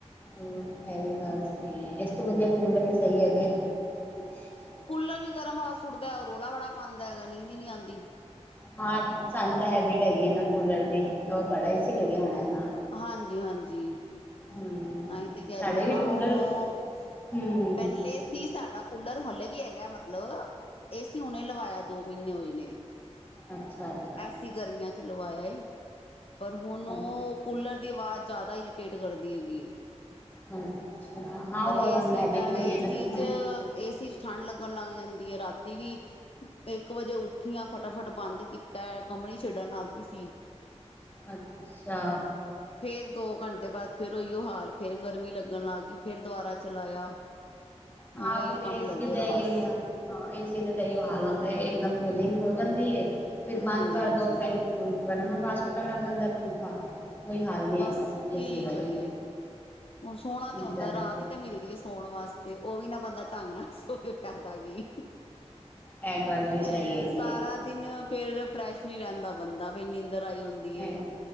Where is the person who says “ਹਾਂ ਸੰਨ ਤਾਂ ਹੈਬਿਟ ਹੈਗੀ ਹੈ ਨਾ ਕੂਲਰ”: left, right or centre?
Left